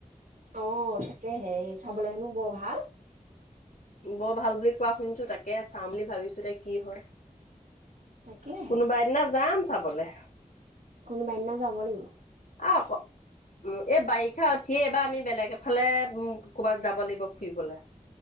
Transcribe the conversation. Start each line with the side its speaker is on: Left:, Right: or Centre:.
Right: অ তাকেহে এই চাবলৈ হেনো বৰ ভাল।
Left: বৰ ভাল বুলি কোৱা শুনিছো তাকে চাম বুলি ভাবিছো এতিয়া কি হয়।
Right: তাকেহে
Left: কোনোবা এদিনা যাম চাবলে।
Right: কোনোবা দিনা যাব লাগিব
Left: আক, এই বাৰিষা উঠিয়েই এইবাৰ আমি বেলেগ এফালে ক'ৰবাত যাব লাগিব। ফুৰিবলে